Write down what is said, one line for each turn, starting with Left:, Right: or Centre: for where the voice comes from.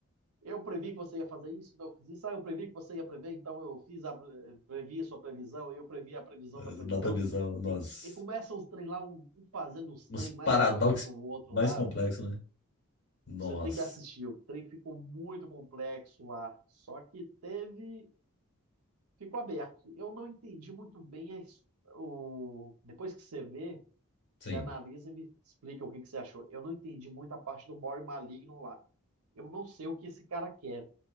Right: Eu previ que você ia fazer isso, então eu fiz isso. Ah, eu previ que você ia prever, então eu fiz a pre- previ a sua previsão, eu previ a previsão
Left: Mas
Right: da previsão.
Left: Não dá pra avisar nós,
Right: E, e começa os trem lá, um, um fazendo os
Left: uns
Right: trem
Left: paradoxos
Right: mais doido que o outro
Left: mais
Right: lá,
Left: complexos,
Right: velho.
Left: né? Nós,
Right: Você tem que assistir. O trem ficou muito complexo lá. Só que teve ficou aberto. Eu não entendi muito bem a his- o... Depois que você vê, você
Left: sim.
Right: analisa e me explica o que que você achou. Eu não entendi muito a parte do More Maligno lá. Eu não sei o que esse cara quer.